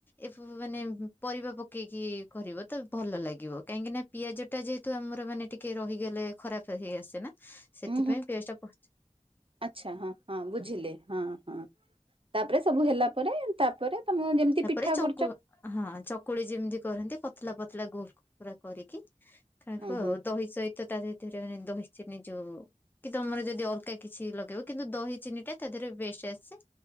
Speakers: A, on the left (about 15°); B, on the right (about 45°).
A: ଏ-ଏ-ଏ ମାନେ ପରିବା ପକେଇକି କରିବ ତ ଭଲ ଲାଗିବ କାହିଁକି ନା ପିଆଜ ଟା ଯେହେତୁ ଆମର ମାନେ ଟିକେ ରହିଗଲେ ଖରାପ ହେଇ ଆସେ ନା
B: <unintelligible>
A: ସେଥିପାଇଁ ପିଆଜଟା ପ
B: ଆଛା ହଁ ହଁ ବୁଝିଲେ ହଁ ହଁ। ତାପରେ ସବୁ ହେଲା ପରେ ତାପରେ ତମେ ଯେମିତି
A: ତାପରେ
B: ପିଠା
A: ଚକୁ
B: କରୁଛ
A: ହଁ ଚକୁଳି ଯେମିତି କରନ୍ତି ପତଳା ପତଳା ଗୋ ପୁରା କରିକି ଖାଇବ
B: ହୁଁ ହୁଁ
A: ଆଉ ଦହି ସହିତ ତା ଭିତରେ ମାନେ ଦହି ଚିନି ଯୋଉ କି ତମର ଯଦି ଅଲଗା କିଛି ଲଗେଇବ କିନ୍ତୁ ଦହି ଚିନି ଟା ତା ଦେହରେ ବେଷ୍ଟ ଆସେ।